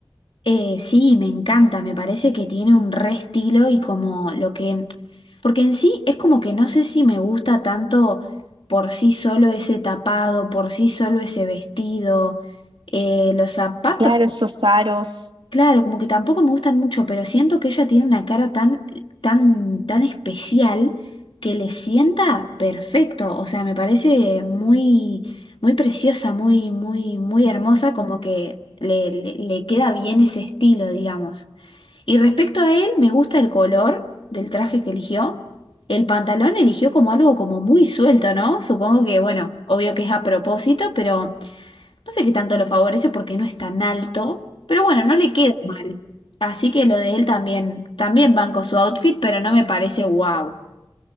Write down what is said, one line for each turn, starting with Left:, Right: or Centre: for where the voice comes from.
Left: Eh, sí, me encanta, me parece que tiene un re estilo y como lo que, porque en sí es como que no sé si me gusta tanto por sí solo ese tapado, por sí solo ese vestido, eh, los zapatos
Right: Claro, esos aros.
Left: Claro, como que tampoco me gustan mucho, pero siento que ella tiene una cara tan, tan, tan especial que le sienta perfecto. O sea, me parece muy, muy preciosa, muy, muy, muy hermosa, como que le, le- le queda bien ese estilo, digamos. Y respecto a él, me gusta el color del traje que eligió. El pantalón eligió como algo como muy suelto, ¿no? Supongo que, bueno, obvio que es a propósito, pero no sé qué tanto lo favorece porque no es tan alto, pero bueno, no le queda mal. Así que lo de él también, también banco su outfit, pero no me parece wow.